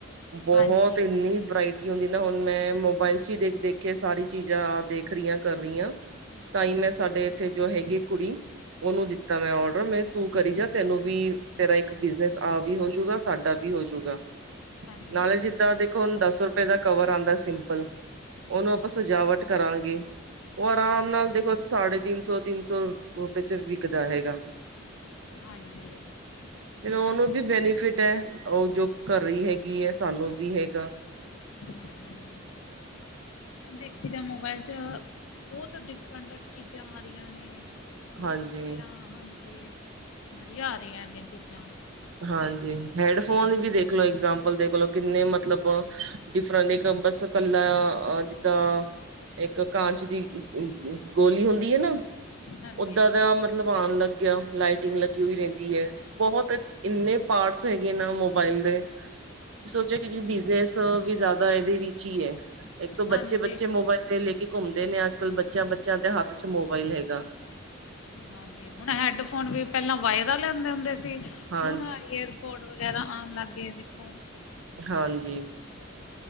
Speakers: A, on the right (about 70°); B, on the left (about 80°).
A: ਬੋਹਤ
B: ਹਾਂਜੀ
A: ਇੰਨੀ ਵਰਾਇਟੀ ਹੁੰਦੀ ਨਾ ਹੁਨ ਮੈਂ ਮੋਬਾਇਲ ਮੋਬਾਈਲ ਚ ਦੇਖ-ਦੇਖ ਕੇ ਸਾਰੀ ਚੀਜ਼ਾਂ ਦੇਖ ਰੀਆ ਕਰ ਰੀਆਂ, ਤਾਂ ਈ ਮੈਂ ਸਾਡੇ ਏਥੇ ਜੋ ਹੇਗੀ ਕੁੜੀ, ਓਨੂੰ ਦਿੱਤਾ ਮੈਂ ਔਡਰ ਮੈਂ ਤੂੰ ਕਰੀ ਜਾ ਤੈਨੂੰ ਵੀ ਤੇਰਾ ਇੱਕ ਬਿਜਨਸ ਆ ਵੀ ਹੋਜੂਗਾ ਸਾਡਾ ਵੀ ਹੋਜੂਗਾ,
B: ਹਾਂਜੀ
A: ਨਾਲੇ਼ ਜੇ ਜਿੱਦਾਂ ਦੇਖੋ ਹੁਨ ਦਾੱਸ ਰੁਪੇ ਦਾ ਕਵਰ ਆਂਦਾ ਸਿੰਪਲ ਓਨੂੰ ਆਪਾਂ ਸਜਾਵਟ ਕਰਾਂਗੇ, ਓ ਆਰਾਮ ਨਾਲ ਦੇਖੋ ਸਾੜੇ ਤਿੰਨ ਸੌ, ਤਿੰਨ ਸੌ ਰੁਪੇ ਚ ਵਿਕਦਾ ਹੈਗਾ।
B: ਹਾਂਜੀ।
A: ਫੇਰ ਓਨੂੰ ਵੀ ਬੈਨੀਫਿਟ ਐ, ਓ ਜੋ ਕਰ ਰੀ ਹੇਗੀ ਏ ਸਾਨੂੰ ਵੀ ਹੇਗਾ।
B: ਹੂ, ਦੇਖੀ ਦਾ ਮੋਬਾਇਲ ਚ ਬੋਤ ਡਿਫਰੰਟ ਚੀਜਾ ਆ ਰੀਆਂ ਨੇ। ਬੋਤ
A: ਹਾਂਜੀ
B: ਵਦੀਆ ਹਾਂਜੀ, ਵਦੀਆ ਆ ਰੀਆਂ ਨੇ ਚੀਜਾ।
A: ਹਾਂਜੀ, ਹੇੜਫੋਨ ਵੀ ਦੇਖ ਲੋ ਇਗਜਾਂਮਪਲ ਦੇਖ ਲੋ ਕਿੰਨੇ ਮਤਲਬ ਡਿਫਰੰਟ ਇੱਕ ਬਸ ਕੱਲਾ, ਅ ਜਿੱਦਾ ਇੱਕ ਕਾਂਚ ਦੀ ਗੋਲੀ ਹੁੰਦੀ ਆ ਨਾ,
B: ਹਾਂਜੀ।
A: ਓਦਾਂ ਦਾ ਮਤਲਬ ਆਨ ਲੱਗੇਆ ਲਾਈਟਿੰਗ ਲੱਗੀ ਵੀ ਰੈਂਦੀ ਏ। ਬਹੋਤ ਇੰਨੇ ਪਾਰਟਸ ਹੈਗੇ ਨਾ ਮੋਬਾਇਲ ਦੇ ਸੋਚੋ ਕੀ ਕੇਓਕਿ ਬਿਜਨਸ ਵੀ ਜਾਦਾ ਵੀ ਏਦੇ ਵਿੱਚ ਈ ਏ। ਇੱਕ ਤੋਂ ਬੱਚੇ-ਬੱਚੇ
B: ਹਾਂਜੀ
A: ਮੋਬਾਇਲ ਲੇ-ਲੇ ਕੇ ਘੁੰਮਦੇ ਨੇ ਅੱਜ-ਕੱਲ ਬੱਚੇਆਂ-ਬੱਚੇਆਂ ਦੇ ਹਾੱਥ ਚ ਮੋਬਾਈਲ ਹੇਗਾ।
B: ਹਾਂਜੀ, ਹੁਣ ਹੈਡਫੋਨ ਵੀ ਪੈਲਾਂ ਵਾਏਰਲ ਆਂਦੇ ਹੁੰਦੇ ਸੀ
A: ਹਾਂਜੀ
B: ਹੁਣ ਏਅਰਪੋਟ ਵਗੈਰਾ ਆਨ ਲੱਗ ਗੇ ਦੇਖੋ
A: ਹਾਂਜੀ।